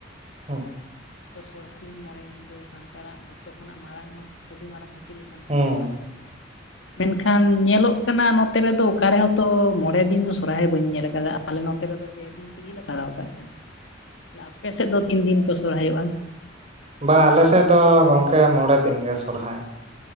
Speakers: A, on the right; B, on the left.
A: ᱦᱩᱸ
B: ᱡᱚᱛᱚ ᱥᱚᱨᱦᱟᱭ ᱥᱤᱧ ᱢᱚᱬᱮ ᱧᱤᱫᱟᱹ ᱥᱟᱱᱛᱟᱲᱟᱜ ᱡᱷᱚᱛᱚ ᱠᱷᱚᱱᱟᱜ ᱢᱟᱨᱟᱝ ᱟᱹᱰᱤ ᱢᱟᱨᱟᱝ ᱦᱟᱹᱛᱤ ᱞᱮᱠᱟᱱ
A: ᱦᱩᱸ
B: ᱯᱚᱨᱚᱵᱽ ᱠᱟᱱ ᱛᱟᱵᱚᱱᱟ ᱢᱮᱱᱠᱷᱟᱱ ᱧᱮᱞᱚᱜ ᱠᱟᱱᱟ ᱱᱚᱛᱮ ᱨᱮᱫᱚ ᱚᱠᱟ ᱨᱮᱦᱚᱛᱚ ᱢᱚᱲᱮᱫᱤᱱ ᱫᱚ ᱥᱚᱨᱦᱟᱭ ᱵᱟᱹᱧ ᱧᱮᱞ ᱟᱠᱟᱫᱟ ᱟᱞᱮ ᱱᱚᱛᱮ ᱨᱮᱫᱚ ᱯᱮ ᱫᱤᱱ ᱛᱮᱜᱮ ᱞᱮ ᱥᱟᱨᱟᱣ ᱠᱟᱜ ᱠᱟᱱᱟ ᱟᱯᱮ ᱥᱮᱫ ᱫᱚ ᱛᱤᱱ ᱫᱤᱱ ᱠᱚ ᱥᱚᱨᱦᱟᱭᱚᱜᱼᱟ
A: ᱵᱟᱝᱼᱟ ᱟᱞᱮ ᱥᱮᱫ ᱫᱚ ᱜᱚᱝᱠᱮ ᱢᱚᱬᱮ ᱫᱤᱱ ᱜᱮ ᱥᱚᱨᱦᱟᱭ